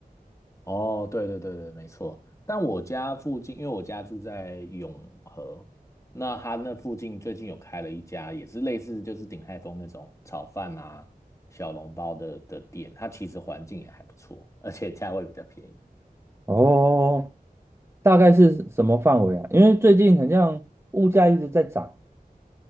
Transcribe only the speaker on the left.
哦，对对对对，没错。但我家附近，因为我家住在永和，那他那附近最近有开了一家，也是类似就是鼎泰丰那种炒饭啊、小笼包的的店，它其实环境也还不错，而且价位比较便宜。